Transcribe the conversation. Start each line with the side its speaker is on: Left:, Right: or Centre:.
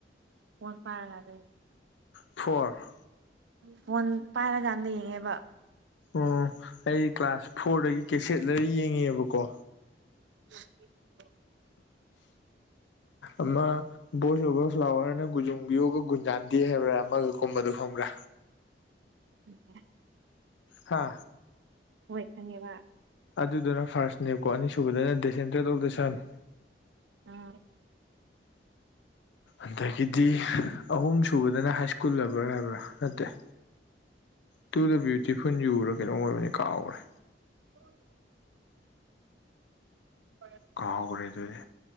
Right: <unintelligible>
Left: ꯐꯣꯔ
Right: ꯐꯣꯟ ꯄꯥꯏꯔꯀꯥꯟꯗ ꯌꯦꯡꯉꯦꯕ
Left: ꯑꯣ ꯑꯩ ꯀ꯭ꯂꯥꯁ ꯐꯣꯔꯗꯒꯤ ꯀꯩꯆꯦꯠꯂꯔ ꯌꯦꯡꯉꯦꯕꯀꯣ
Right: <unintelligible>
Left: ꯑꯃ ꯕꯣꯏꯁ ꯑꯣꯕꯔ ꯐ꯭ꯂꯥꯋꯔꯅ ꯒꯨꯖꯨꯡꯕꯤꯌꯣꯒ ꯒꯨꯟꯖꯥꯟꯗꯦ ꯍꯥꯏꯕ꯭ꯔꯥ ꯑꯃꯒ ꯀꯨꯝꯕꯗꯣ ꯈꯪꯕ꯭ꯔꯥ
Right: <unintelligible>
Left: ꯍꯥ
Right: ꯍꯣꯏ ꯈꯪꯉꯦꯕꯥ
Left: ꯑꯗꯨꯗꯨꯅ ꯐꯥꯔꯁꯠꯅꯦꯕꯀꯣ ꯑꯅꯤꯁꯨꯕꯗꯅ ꯗꯦꯁꯦꯟꯗꯦꯟꯠ ꯑꯣꯐ ꯗ ꯁꯟ
Right: ꯑꯥ
Left: ꯑꯗꯒꯤꯗꯤ ꯑꯍꯨꯝ ꯁꯨꯕꯗꯅ ꯍꯥꯏꯁ꯭ꯀꯨꯜ ꯂꯕꯔ ꯍꯥꯏꯕ꯭ꯔꯥ ꯅꯠꯇꯦ ꯇꯨ ꯗ ꯕ꯭ꯌꯨꯇꯤꯐꯨꯜ ꯌꯨꯔ ꯀꯩꯅꯣꯝ ꯑꯣꯏꯕꯅꯦ ꯀꯥꯎꯒ꯭ꯔꯦ
Right: <inaudible> <inaudible>
Left: ꯀꯥꯎꯒ꯭ꯔꯦ ꯑꯗꯨꯗꯤ